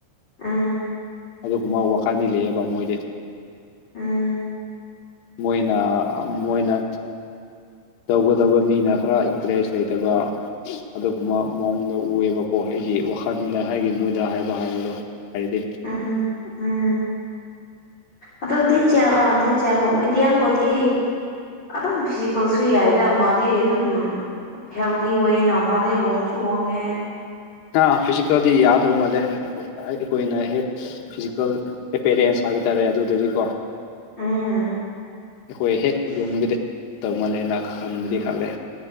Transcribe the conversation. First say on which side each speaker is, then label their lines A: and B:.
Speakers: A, on the left; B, on the left.
A: ꯑꯥ
B: ꯑꯗꯨꯒꯨꯝꯕ ꯋꯥꯈꯜꯗꯤ ꯂꯩꯌꯦꯕ ꯃꯣꯏꯗꯤ
A: ꯎꯝ
B: ꯃꯣꯏꯅ ꯃꯣꯏꯅ ꯇꯧꯒꯗꯧꯕ ꯃꯤꯅ ꯈꯔ ꯏꯟꯇꯔꯦꯁ ꯂꯩꯇꯕ ꯑꯗꯨꯒꯨꯝꯕ ꯃꯑꯣꯡꯗ ꯎꯑꯕꯀꯣ ꯑꯩꯒꯤ ꯋꯥꯈꯜꯗ ꯑꯩꯒꯤ ꯃꯣꯏꯗ ꯍꯥꯏꯕ ꯍꯥꯏꯕꯗꯣ ꯍꯥꯏꯗꯤ
A: ꯎꯝ ꯎꯝ ꯑꯗꯣ ꯇꯤꯟꯁꯤ ꯑ ꯇꯗꯤꯟꯁꯤꯌꯥꯕ ꯏꯗꯌꯥ ꯑꯃꯕꯗꯤ ꯑꯗꯨꯝ ꯐꯤꯖꯤꯀꯦꯜꯁꯨ ꯌꯥꯏꯗ ꯃꯥꯗꯤ ꯑꯗꯨꯝ ꯍꯦꯜꯗꯤ ꯑꯣꯏ ꯃꯁꯤꯋꯥꯡꯁꯨ ꯋꯥꯡꯉꯦ
B: ꯑ ꯐꯤꯖꯤꯀꯜꯗꯤ ꯌꯥꯗꯕ ꯃꯜꯂꯦ ꯑꯩꯈꯣꯏꯅ ꯍꯦꯛ ꯐꯤꯖꯤꯀꯦꯜ ꯑꯦꯄꯦꯔꯦꯟꯁ ꯍꯥꯏꯕ ꯇꯥꯔꯦ ꯑꯗꯨꯗꯗꯤꯀꯣ
A: ꯎꯝ
B: ꯑꯩꯈꯣꯏ ꯍꯦꯛ ꯌꯦꯡꯕꯗꯤ ꯇꯧꯃꯜꯂꯦꯅ ꯈꯟꯕꯗꯤ ꯈꯜꯂꯦ